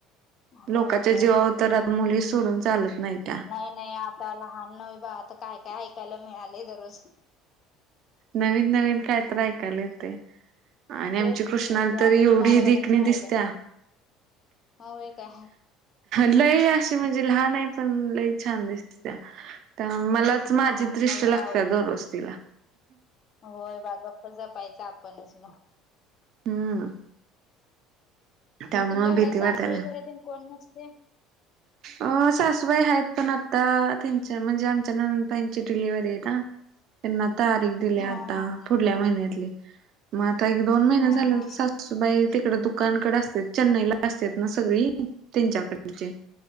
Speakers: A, on the left (about 45°); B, on the right (about 60°).
A: होय
B: लोकाच्या
A: होय
B: जीवावतरात मुली सोडून चालत नाही त्या
A: नाही आप ता लहान नवहे बा आता काय काय ऐकायला मिळाले दररोज
B: नवीन नवीन कायत्र ऐकाला येते आणि आमची
A: तेच
B: कृष्णाला
A: की त्यापेक्षा
B: तरी एवढी
A: आपणच
B: देखणी
A: राहिलय.
B: दिसत्या
A: हो बाई का?
B: लय अशी म्हणजे लहान आहे पण लय छान दिसत्या. तर मलाच
A: हा
B: माझी
A: मग
B: दृष्ट्य लागते
A: राहू दे
B: दररोज
A: बा
B: तिला
A: होय बा गप्प जपायच आपणच मग
B: हम्म त्यामुळं
A: तुमच्या
B: भीती
A: घरात सासू
B: वाटायला.
A: वगैरे ते कोण नसते
B: अ सासूबाई आहेत पण आता त्यांच्या म्हणजे आमच्या नंदबाईची डिलिवर्हरी आहे ना त्यांना तारीख दिल्या
A: हा
B: आता
A: हा
B: पुढल्या महिन्यातली मग आता एक दोन महिने
A: हा
B: झाले
A: हा
B: अससूबाई तिकड दुकानकडे असते चेन्नई ला असतात ना सगळी त्यांच्याकडचे